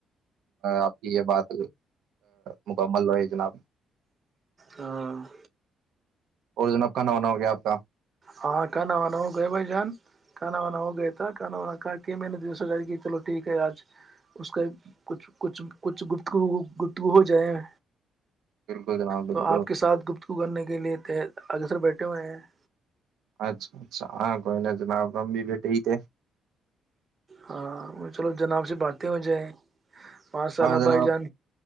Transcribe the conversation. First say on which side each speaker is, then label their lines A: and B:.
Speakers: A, on the right (about 80°); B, on the right (about 30°).
A: آپ کی یہ بات مکمل ہوی جناب <unintelligible>
B: ہاں <unintelligible>
A: اور جناب کہ نہ ہونا ہو گیا آپ کا <unintelligible>
B: ہاں کھانا وانا ہو گیا بھائی جان کھانا وانا ہو گیا تھا کھانا وانا کہا کے میں نے د س جاری کی چلو ٹھیک ہے آج اس کا کچھ کچھ کچھ گتگو گفتگو ہو جائے <unintelligible>
A: بالکل جناب
B: تو
A: بالکل
B: آپ کے ساتھ گفتگو کرنے کے لیے <unintelligible> تو اگر سر بیٹھے ہوئے ہیں <unintelligible>
A: اچھا اچھا ہاں کوئی ن جنا گم بھی بیٹے تھ <unintelligible>
B: ہاں چلو جناب سے باتیں ہو جائیں پانچ سالہ
A: ہاں جناب
B: بائی جان